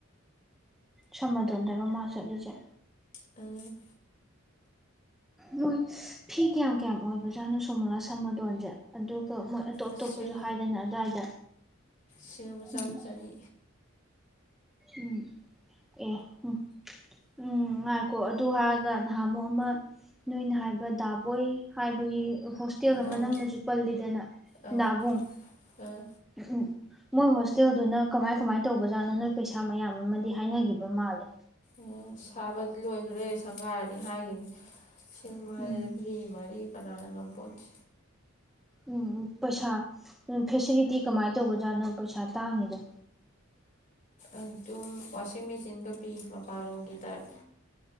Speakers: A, in the centre; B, on the left (about 40°).
A: ꯁꯃꯗꯣꯟꯗꯔꯣ ꯃꯥ ꯆꯠꯂꯤꯁꯦ
B: ꯎꯝ
A: ꯃꯣꯏ ꯐꯤ ꯀꯌꯥꯝ ꯀꯌꯥꯝ ꯑꯣꯏꯕꯖꯥꯠꯅꯣ ꯁꯣꯃꯣꯂꯥ ꯁꯝ ꯃꯇꯣꯟꯖꯦ ꯑꯗꯨꯒ ꯃꯣꯏ ꯑꯇꯣꯞ ꯑꯇꯣꯞꯄꯁꯨ
B: ꯂꯤꯁꯤꯡ
A: ꯍꯥꯏꯗꯅ ꯑꯗꯨꯋꯥꯏꯗ
B: ꯁꯤꯡ ꯑꯃ ꯆꯥꯝꯃ
A: ꯎꯝ
B: ꯆꯅꯤ
A: ꯎꯝ ꯑꯦ ꯎ ꯎꯝ ꯉꯥꯏꯈꯣ ꯑꯗꯨ ꯍꯥꯏꯔꯒ ꯅꯍꯥꯃꯨꯛ ꯑꯃ ꯅꯣꯏꯅ ꯍꯥꯏꯕ ꯗꯥꯕꯣꯏ ꯍꯥꯏꯕꯒꯤ ꯍꯣꯁꯇꯦꯜ
B: ꯗꯥꯕꯨꯡ
A: ꯑꯃ ꯅꯪꯅꯁꯨ ꯄꯜꯂꯤꯗꯅ
B: ꯑꯥ
A: ꯅꯥꯕꯨꯡ
B: ꯑꯥ
A: ꯎꯝ ꯎꯝ ꯃꯣꯏ ꯍꯣꯁꯇꯦꯜꯗꯨꯅ ꯀꯃꯥꯏ ꯀꯃꯥꯏ ꯇꯧꯕꯖꯥꯠꯅꯣ ꯅꯣꯏ ꯄꯩꯁꯥ ꯃꯌꯥꯝ ꯑꯃꯗꯤ ꯍꯥꯏꯅꯈꯤꯕ ꯃꯥꯜꯂꯦ
B: ꯎꯝ ꯁꯥꯕꯗꯤ ꯂꯣꯏꯈ꯭ꯔꯦ ꯁꯪꯒꯥꯔꯅꯤ ꯍꯥꯏꯒꯤꯝꯅꯤ ꯂꯤꯁꯤꯡ ꯃꯔꯤ
A: ꯎꯝ
B: ꯃꯔꯤ ꯀꯅꯥꯅ ꯉꯝꯄꯣꯠꯇꯦ
A: ꯎꯝꯎ ꯄꯩꯁꯥ ꯎ ꯐꯦꯁꯤꯂꯤꯇꯤ ꯀꯃꯥꯏ ꯇꯧꯕꯖꯥꯠꯅꯣ ꯄꯩꯁꯥ ꯇꯥꯡꯉꯤꯗꯣ
B: ꯑꯗꯨꯝ ꯋꯥꯁꯤꯡ ꯃꯦꯆꯤꯟꯒ ꯄꯤ ꯃꯄꯥꯟꯂꯣꯝꯒꯤ ꯇꯥꯏꯞ